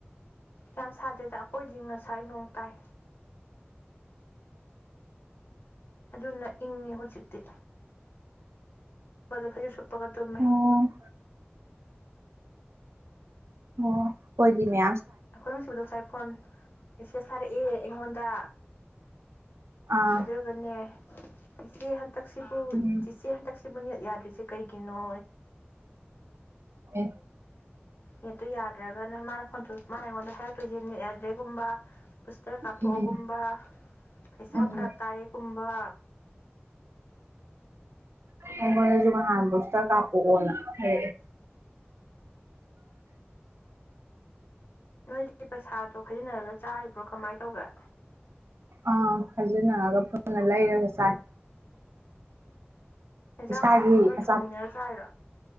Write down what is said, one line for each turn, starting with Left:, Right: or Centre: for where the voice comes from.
Left: ꯌꯥꯝ ꯁꯥꯗꯦꯗ ꯑꯩꯈꯣꯏꯗꯤ ꯉꯁꯥꯏ ꯅꯣꯡ ꯇꯥꯏ ꯑꯗꯨꯅ ꯏꯪꯉꯤ ꯍꯧꯖꯤꯛꯇꯤ ꯑꯗꯨꯁꯨ ꯄꯒ ꯇꯃꯦ
Right: ꯑꯣ ꯑꯣ ꯑꯣꯏꯣꯏꯗꯤꯃꯤ
Left: ꯑꯩꯈꯣꯏꯅ ꯁꯤꯕꯗ ꯁꯥꯦ ꯐꯣꯟ ꯏꯆꯦ ꯁꯥꯔꯛꯑꯦ ꯑꯩꯉꯣꯟꯗ
Right: ꯑꯥ
Left: ꯑꯗꯨꯒꯅꯦ ꯏ ꯍꯥꯏ ꯍꯟꯗꯛꯁꯤꯕꯨ
Right: ꯎꯝ
Left: ꯆꯤꯁꯤ ꯍꯟꯗꯛ ꯁꯤꯕꯨꯅꯦꯠ ꯌꯥꯗ꯭ꯔꯤꯁꯦ ꯀꯩꯒꯤꯅꯣ
Right: ꯑꯦ
Left: ꯌꯦꯠꯇ ꯌꯥꯗ꯭ꯔꯒꯅ ꯃꯥꯅ ꯈꯣꯟꯆꯣꯛ ꯃꯥꯅ ꯑꯩꯉꯣꯟꯗ ꯍꯥꯏꯔꯛꯇꯣꯏꯁꯦ ꯃꯤꯠ ꯌꯥꯗ꯭ꯔꯦꯒꯨꯝꯕ ꯄꯨꯁꯇꯔ ꯀꯥꯞꯄꯣꯛꯑꯣꯒꯨꯝꯕ
Right: ꯎꯝ
Left: ꯄꯩꯁꯥ
Right: ꯎꯝ
Left: ꯐꯔꯛ ꯇꯥꯔꯦꯒꯨꯝꯕ
Right: ꯑ ꯃ ꯍꯥꯟꯕꯁꯇ ꯀꯥꯄꯅ ꯍ
Left: ꯅꯣꯏꯗꯤ ꯄꯩꯁꯥꯗꯣ ꯈꯥꯏꯖꯤꯟꯅꯔꯒ ꯆꯥꯔꯤꯕ꯭ꯔꯣ ꯀꯃꯥꯏꯅ ꯇꯧꯒꯦ
Right: ꯑꯥ ꯈꯥꯖꯤꯟꯅꯔꯒ ꯄꯨꯅ ꯂꯩꯔꯒ ꯆꯥꯏ
Left: ꯌꯦꯟꯁꯥꯡꯗꯨꯁꯨ
Right: ꯏꯁꯥꯒꯤ
Left: ꯅꯣꯏ
Right: ꯑꯆꯥꯄꯣꯠ
Left: ꯊꯣꯡꯃꯤꯟꯅꯔ ꯆꯥꯏꯔ